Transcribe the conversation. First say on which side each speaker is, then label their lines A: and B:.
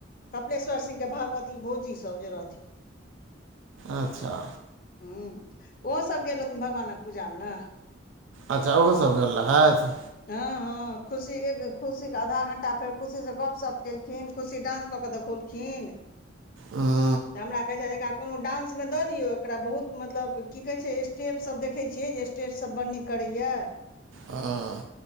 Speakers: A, on the left; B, on the right.
A: कपलेश्वर सिंह के भाव अथी भौजी सब जे रहथिन।
B: आच्छा।
A: हूँ, ओहो सब गेल रहथिन भगवानक पूजा में-न।
B: अच्छा, ओहो सब गेल रहैथ?
A: हँ-हँ, खुशी एक खुशी के आधा-घण्टा फेर खुशी से गपशप केलखिन खुशी डान्स कऽ के देखौलखिन।
B: हूं।
A: तऽ हमरा कहै छै जे एकरा कोनो डांसमे दऽ दियौ एकरा बहुत मत मतलब की कहै छै स्टेप सब देखै छियै जे स्टेट सब बड़ नीक करैये।
B: हँ।